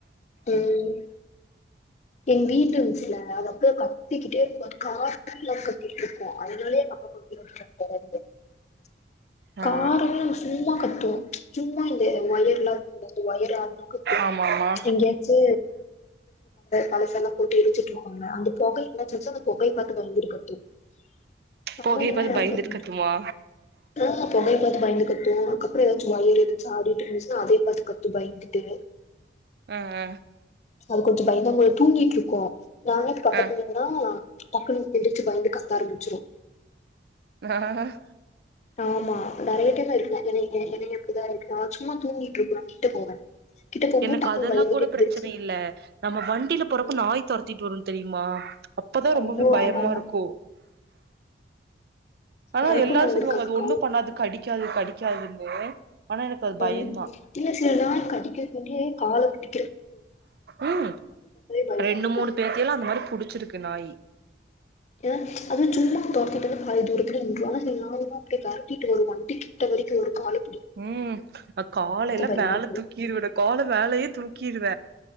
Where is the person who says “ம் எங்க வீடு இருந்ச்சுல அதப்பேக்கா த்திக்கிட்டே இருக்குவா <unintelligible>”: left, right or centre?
Left